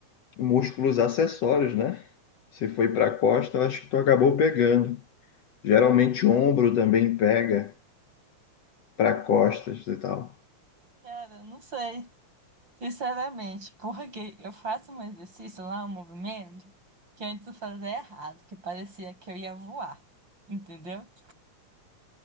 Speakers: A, on the left; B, on the right.
A: músculos acessórios, né? Se foi para a costa, eu acho que tu acabou pegando. Geralmente ombro também pega para costas e tal.
B: Cara, eu não sei, sinceramente, porque eu faço um exercício lá, um movimento, que antes eu fazia errado, que parecia que eu ia voar, entendeu?